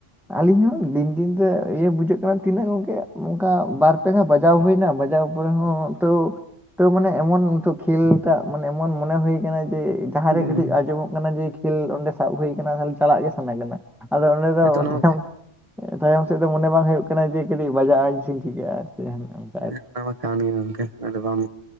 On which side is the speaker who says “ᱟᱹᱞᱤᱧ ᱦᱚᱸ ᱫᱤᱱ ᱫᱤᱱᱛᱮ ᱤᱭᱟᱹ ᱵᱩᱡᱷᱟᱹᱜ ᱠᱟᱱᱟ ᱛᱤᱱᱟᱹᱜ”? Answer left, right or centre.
Centre